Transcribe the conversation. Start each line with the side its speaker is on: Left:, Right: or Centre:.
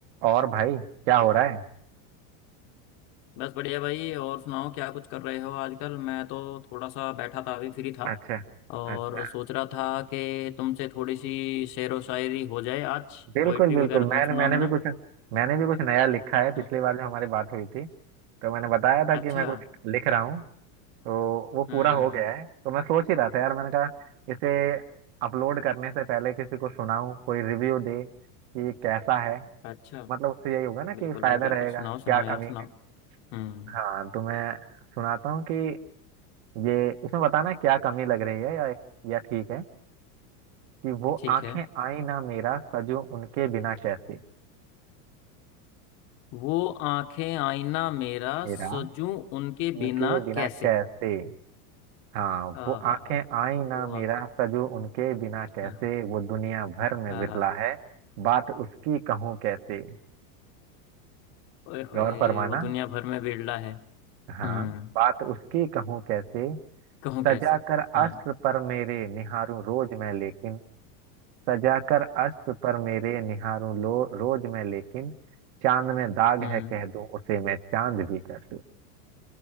Right: और भाई क्या हो रहा है
Left: बस बढ़िया भाई और सुनाओ क्या कुछ कर रहे हो आजकल मैं तो थोड़ा सा बैठा था अभी फ्री था
Right: अच्छा
Left: और
Right: अच्छा
Left: सोच रहा था कि तुमसे थोड़ी सी शेरो शायरी हो जाए आज
Right: बिल्कुल
Left: पोइट्री
Right: बिल्कुल
Left: वगैरह तुम
Right: मैंने
Left: सुना
Right: मैंने
Left: देना
Right: भी कुछ मैंने भी कुछ नया लिखा है पिछली
Left: हम्म,
Right: बार जो हमारी बात हुई थी तो मैंने बताया था
Left: अच्छा
Right: कि मैं कुछ लिख रहा हूँ तो वो
Left: हम्म
Right: पूरा हो गया है तो मैं सोच ही रहा था यार मैंने कहा इसे अपलोड करने से पहले किसी को सुनाऊं कोई रिव्यू दे कि कैसा है
Left: अच्छा
Right: मतलब उससे यही होगा ना
Left: बिल्कुल
Right: कि फायदा
Left: भाई बिल्कुल
Right: रहेगा
Left: सुनाओ सुनाओ
Right: क्या
Left: यार
Right: कमी
Left: सुनाओ
Right: है
Left: हम्म
Right: हाँ तो मैं सुनाता हूँ कि ये इसमें बताना क्या कमी लग रही है या या ठीक है कि वो
Left: ठीक
Right: आंखें
Left: है
Right: आई ना मेरा सजो उनके बिना कैसे
Left: वो आंखें आईना मेरा
Right: मेरा
Left: सजूं उनके
Right: उनके
Left: बिना
Right: बिना
Left: कैसे
Right: कैसे हाँ
Left: आहा
Right: वो आंखें आई ना
Left: वो
Right: मेरा
Left: आंखें
Right: सजो उनके बिना कैसे
Left: हाँ
Right: वो दुनिया भर में
Left: आहा
Right: विरला है बात उसकी कहूँ कैसे
Left: ओए होए
Right: गौर फरमाना
Left: वो दुनिया भर में बिरला है
Right: हाँ
Left: हम्म
Right: बात उसकी कहूँ कैसे
Left: कहूँ
Right: सजा
Left: कैसे
Right: कर
Left: हाँ
Right: अस्त्र पर मेरे निहारूं रोज मैं लेकिन सजा कर अस्त्र पर मेरे निहारूं लो रोज मैं लेकिन चांद में दाग
Left: हम्म
Right: है कह दूं उसे मैं चांद भी कह दूं